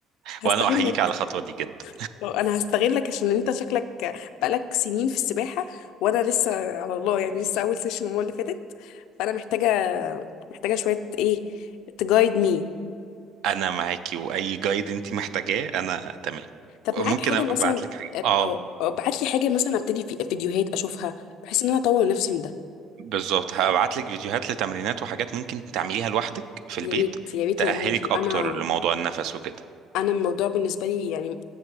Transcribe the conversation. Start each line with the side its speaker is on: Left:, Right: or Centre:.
Left: هستغلك
Right: وانا احييك على الخطوه دي جدا
Left: انا هستغلك عشان انت شكلك بقالك سنين في السباحه وانا لسه على الله يعني لسه اول سيشن المره اللي فاتت فانا محتاجه محتاجه شويه ايه تجايد مي
Right: انا معاكي واي جايد انت محتاجاه انا تمام
Left: طب
Right: ممكن
Left: معاك حاجه
Right: ابقى
Left: مثلا
Right: ابعت لك حاجات
Left: او
Right: اه
Left: ابعت لي حاجه مثلا ابتدي في فيديوهات اشوفها بحيث ان انا اطور نفسي من ده
Right: بالظبط هبعت لك فيديوهات لتمرينات وحاجات ممكن تعمليها لوحدك في البيت
Left: يا ريت يا ريت
Right: تأهلك
Left: والله عشان
Right: اكتر
Left: انا
Right: لموضوع النفس وكده
Left: انا الموضوع بالنسبه لي يعني